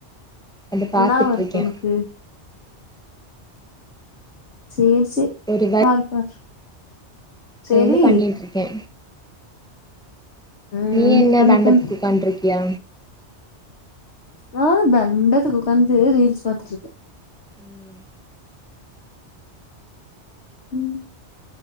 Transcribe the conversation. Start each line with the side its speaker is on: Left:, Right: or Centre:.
Centre: அத பாத்துட்ருக்கே
Left: என்னாவா இருக்கு உனக்கு சேரி சேரி
Centre: ஒரு
Left: பாரு பாரு சேரி
Centre: அது வந்து பண்ணிட்ருக்கே
Left: ம்
Centre: நீ என்ன
Left: பண்ணு
Centre: தண்டத்துக்கு
Left: பண்ணு
Centre: உக்காண்ருக்கியா
Left: நா தண்டத்துக்கு உட்காந்து ரீல்ஸ் பாத்துட்டு இருக்கே
Centre: ம்
Left: ம்